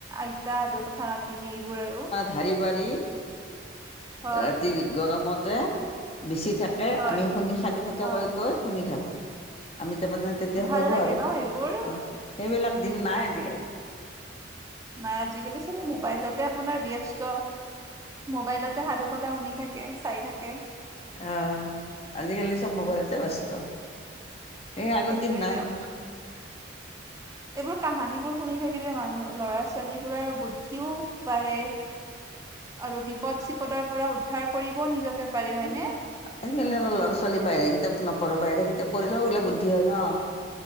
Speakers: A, on the right (about 15°); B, on the left (about 30°).
A: আইতা সাধু কথা নাতিন এইবোৰ আৰু।
B: ধাৰী পাৰি।
A: হয়
B: ৰাতি গৰমতে বিছি থাক তাতে
A: হয়
B: আমি শুনি সাদু কথা
A: হয়
B: কৈ কৈ শুনি থাকোঁ আমি তামানে তেতিয়া
A: ভাল
B: সৰু
A: লাগে
B: আৰু
A: ন
B: অ'
A: সেইবোৰ
B: সেইবিলাক দিন নাই আজি কালি।
A: নাই আজিকালি চবে মোবাইলতে আপোনাৰ ব্যস্ত। মোবাইলতে সাধু কথা শুনি থাকে চাই থাকে।
B: অ', আজিকালি চব মোবাইলতে ব্যস্ত, এই আগৰ
A: সেইটোৱে
B: দিন নাই।
A: দিয়ক এইবোৰ কাহিনীবোৰ শুনি থাকিলে মানুহ ল'ৰা-ছোৱালীবোৰৰ বুদ্ধি ও বাঢ়ে আৰু বিপদ চিপদৰ পৰা উদ্ধাৰ কৰিবও নিজকে পাৰে হয়নে?
B: এ আজিকালিৰ ল'ৰা-ছোৱালী বাহিৰৰ কিতাপ নপঢ়ে, বাহিৰৰ কিতাপ পঢ়িলে ও এইবিলাক বুদ্ধি হয় ন'।